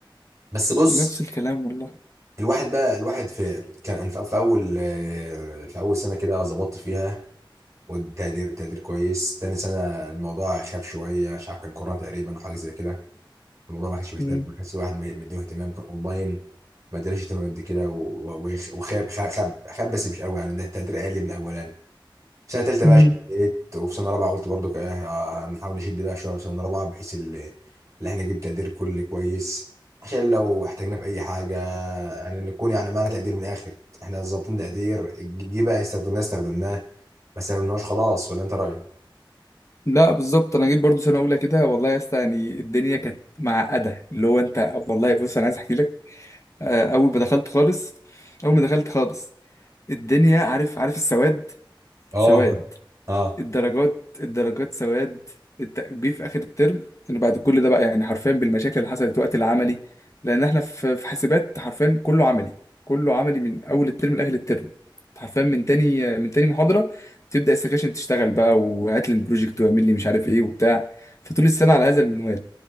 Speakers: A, on the right; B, on the left.
A: بس بص
B: نفس الكلام والله
A: الواحد بقى الواحد في كان أنا في في أول آه، في أول سنة كده ظبطت فيها والتقدير تقدير كويس تاني سنة الموضوع خاب شوية مش عارف كان كورونا تقريبا وحاجة زي كده الموضوع ما كانش مهتم
B: مم.
A: ما كانش الواحد مديله اهتمام كان اونلاين ما ادالوش اهتمام قد كده و- و- وخاب خاب خاب خاب بس مش قوي يعني ده التقدير اقل من الاولاني في سنة تالتة
B: مم.
A: بقى شديت وفي سنة رابعة قلت برضو كده آه، نحاول نشد بقى شوية في سنة رابعة بحيث ال- ان احنا نجيب تقدير كلي كويس عشان لو احتاجنا في اي حاجة يعني نكون يعني معنا تقدير من الاخر احنا ظابطين تقدير جه بقى استخدمناه استخدمناه ما استخدمناهوش خلاص ولا انت رايك؟
B: لا بالظبط انا جيت برضو سنه اولى كده والله يا اسطى يعني الدنيا كانت معقده اللي هو انت والله بص انا عايز احكي لك آه، اول ما دخلت خالص اول ما دخلت خالص الدنيا عارف عارف السواد
A: اه
B: سواد
A: اه
B: الدرجات الدرجات سواد الت- جه في اخر الترم ان بعد كل ده بقى يعني حرفيا بالمشاكل اللي حصلت وقت العملي لان احنا في في حاسبات حرفيا كله عملي كله عملي من اول الترم لاخر الترم حرفيا من تاني من تاني محاضره تبدا السكاشن تشتغل بقى وهات لي البروجكت واعمل لي مش عارف ايه وبتاع فطول السنه على هذا المنوال